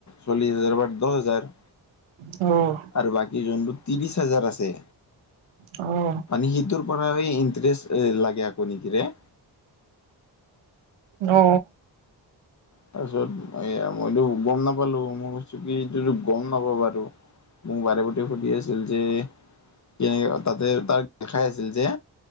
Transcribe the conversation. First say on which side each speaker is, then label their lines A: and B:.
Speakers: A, on the left; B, on the right.
A: চল্লিশ হাজাৰ বা দহ হেজাৰ।
B: অ'।
A: আৰু বাকী যোনটো ত্ৰিশ হাজাৰ আছে।
B: অ'।
A: মানে সিটোৰ পৰা এ ইণ্টাৰেষ্ট লাগে আকৌ নেকি ৰে?
B: নৌ।
A: তাৰপিছত এয়া মইতো গম নাপালো মই কৈছো কি এতিয়াটো গম নাপাওঁ বাৰু। মোক বাৰে প্ৰতি সুধি আছিল যে কেনেকা তাতে তাক দেখাই আছিল যে